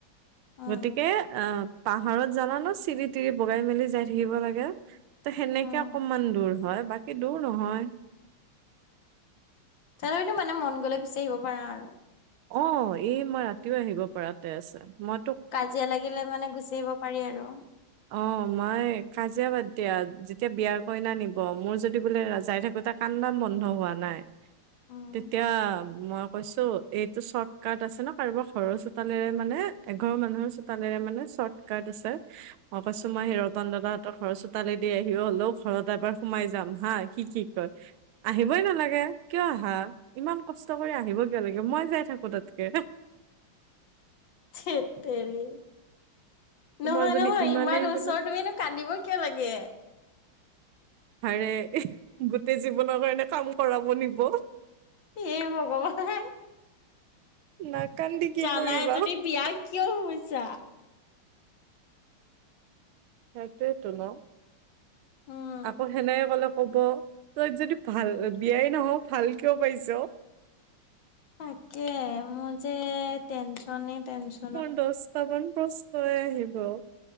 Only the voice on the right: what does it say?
গতিকে, আ'হ পাহাৰত জানা ন চিৰি, তিৰি বগাই মেলি যাই থাকিব লাগে। ত সেনেকে
অকমান দূৰ হয়, বাকী দূৰ নহয়।
অ' এই মই ৰাতিও আহিব পৰাতে আছে, মই
অ' মই কাজিয়া বাদ দিয়া যেতিয়া বিয়াৰ কইনা নিব মোৰ যদি বোলে যাই থাকো তা কান্দা বন্ধ হোৱা নাই,
তেতিয়া মই কৈছো এইটো চৰ্ট কাট আছে ন, কাৰোবাৰ ঘৰৰ চোতালেৰে মানে এঘৰৰ মানুহৰ চোতালেৰে মানে চৰ্ট কাট আছে। মই কৈছো মই সেই ৰতন দাদা ত তই ঘৰৰ চোতালে দি আহি হলেওঁ ঘৰত এবাৰ সোমাই যাম হা সি কি কয়? আহিবই নালাগে কিয় আহা, ইমান কষ্ট কৰি আহিব কিয় লাগে মই যাই থাকো তাতকে?
তোমাৰ
যদি
ইমানেই
বোলে
হাৰে, গোটেই জীৱনৰ কাৰণে কাম কৰাব নিব।
নাকান্দি কি
কৰিবা
সেইতোৱেটো ন।
আকৌ সেনেকে কলে কব তই যদি ভাল বিয়াই নহও ভাল কিয় পাইছ।
মোৰ দশটামান পুষ্টলৈ আহিব।